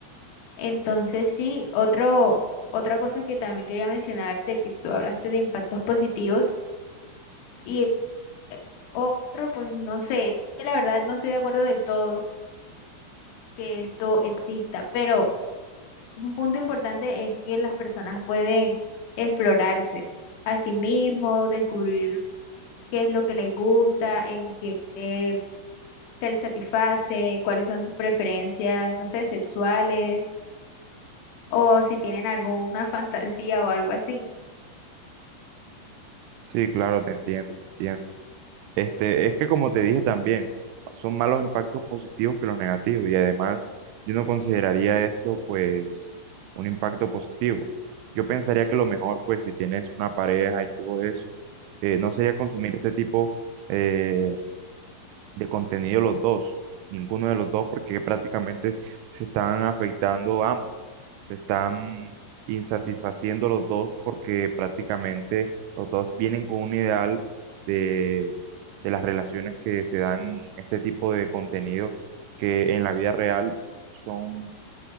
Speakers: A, on the left (about 65°); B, on the right (about 80°).
A: Entonces, sí, otro, otra cosa que también quería mencionar de que tú hablaste de impactos positivos y eh, otro, pues no sé, que la verdad no estoy de acuerdo del todo que esto exista, pero un punto importante es que las personas pueden explorarse a sí mismos, descubrir qué es lo que les gusta, en qué, eh, qué les satisface, cuáles son sus preferencias, no sé, sexuales, o si tienen alguna fantasía o algo así.
B: Sí, claro, te entiendo, te entiendo. Este, es que como te dije también, son más los impactos positivos que los negativos y además yo no consideraría esto pues un impacto positivo. Yo pensaría que lo mejor pues si tienes una pareja y todo eso, eh, no sería consumir este tipo eh, de contenido los dos, ninguno de los dos, porque prácticamente se están afectando ambos, se están insatisfaciendo los dos porque prácticamente los dos vienen con un ideal de, de las relaciones que se dan en este tipo de contenido que en la vida real son